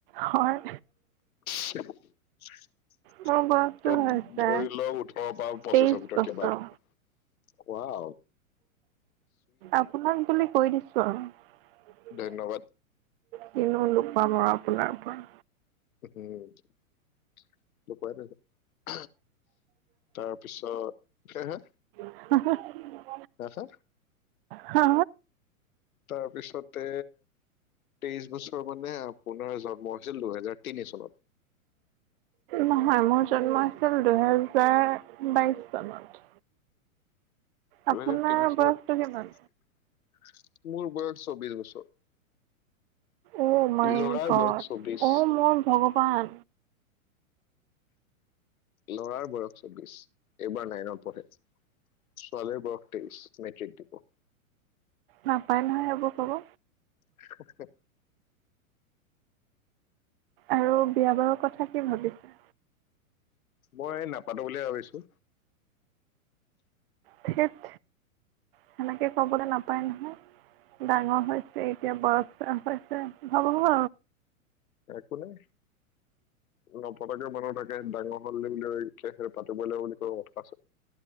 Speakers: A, on the right; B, on the left.
A: হয়।
B: ত
A: মোৰ বয়সটো হৈছে
B: ধৰি লওক ওঠৰৰ পৰা পঁচিশৰ
A: তেইশ
B: ভিতৰত
A: বছৰ।
B: কিবা। কোৱা।
A: আপোনাক বুলি কৈ দিছো আৰু
B: ধন্যবাদ
A: কিনো লুকাম আৰু আপোনাৰ পৰা
B: উম <unintelligible> তাৰপিছত সে হে
A: আহা
B: কোৱাচোন-
A: হা
B: তাৰপিছতে তেইছ বছ মানে পোনাৰ জন্ম হৈছিল দুহেজাৰ তিনি চনত।
A: নহয় মোৰ জন্ম আছিল দুহেজাৰ বাইশ চনত। আপোনাৰ
B: দুহেজাৰ তিনি চনত।
A: বয়সটো কিমান?
B: মোৰ বয়স চব্বিশ বছৰ।
A: অ মাই
B: ল'ৰাৰ
A: গদ,
B: বয়স চৌবিশ
A: অ মই ভগৱা পান
B: লৰাৰ বয়স চব্বিশ এইবাৰ নাইনত পঢ়ে, ছোৱালীৰ বয়স তেইশ মেট্ৰিক দিব।
A: নাপায় নহয় সেইবোৰ কব।
B: হা হা
A: আৰু বিয়া বাৰুৰ কথা কি ভাবিছে?
B: মই নাপাতো বুলিয়ে ভাবিছোঁ।
A: ঠেট, সেনেকে কবলৈ নাপায় নহয়। ডাঙৰ হৈছে এতিয়া বয়স পছে ভাব আৰু
B: একো নাই নপতাকে মানুহ তাকে ডাঙৰ হল বুলি পাতিবই ল বুলি কয় মতকা